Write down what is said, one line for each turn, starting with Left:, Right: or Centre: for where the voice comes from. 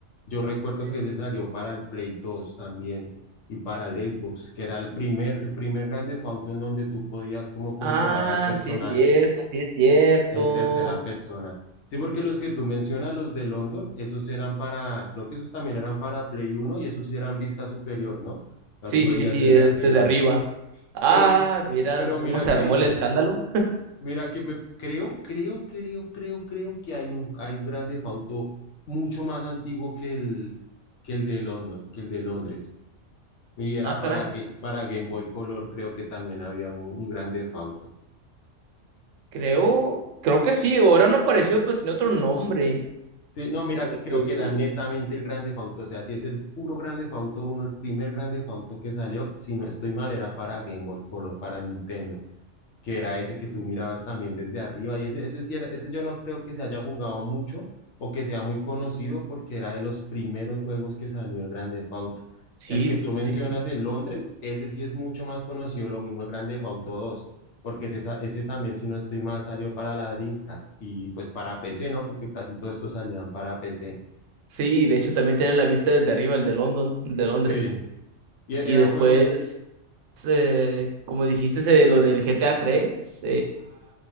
Left: Yo recuerdo
Right: Eh,
Left: que ese salió para el Play 2 también y para el Xbox, que era el primer, el primer grande Auto en donde tú podías como controlar
Right: ah,
Left: al personaje
Right: sí es cierto, sí es cierto.
Left: en tercera persona. Sí, porque los que tú mencionas, los de London, esos eran para, creo que esos también eran para Play uno y esos sí eran vista superior, ¿no? La
Right: Sí,
Left: tú veías
Right: sí, sí,
Left: desde
Right: eh,
Left: arriba.
Right: desde arriba. Ah,
Left: Pero,
Right: vieras
Left: pero
Right: cómo
Left: mira
Right: se
Left: que,
Right: armó el escándalo.
Left: Mira que me creo, creo, creo, creo, creo que hay un, hay un gran defauto mucho más antiguo que el, que el de London, que el de Londres. Y era
Right: Ah,
Left: para,
Right: caray.
Left: que, para Game Boy Color, creo que también había un, un gran defauto.
Right: Creo, creo que sí, ahora no apareció, pero tiene otro nombre.
Left: Sí, no, mira
Right: Porque
Left: que creo que era netamente el gran defauto. O sea, si es el puro gran defauto uno, el primer gran defauto que salió, si no estoy mal, era para Game Boy Color, para Nintendo. que era ese que tú mirabas también desde arriba. Y ese, ese sí era- ese yo no creo que se haya jugado mucho o que sea muy conocido porque era de los primeros juegos que salió el Grande Theft Auto.
Right: Sí,
Left: El que tú mencionas,
Right: sí.
Left: el Londres, ese sí es mucho más conocido, lo mismo el Grande Theft Auto dos porque ese, sa- ese también, si no estoy mal, salió para la Dreamcast y pues para PC, ¿no? Porque casi todos estos salían para PC.
Right: Sí, de hecho también tiene la vista desde arriba, el de London, el de
Left: Sí.
Right: Londres.
Left: Y e-,
Right: Y
Left: eran
Right: después,
Left: juegos,
Right: eh, como dijiste, eh, lo del G T A GTA 3,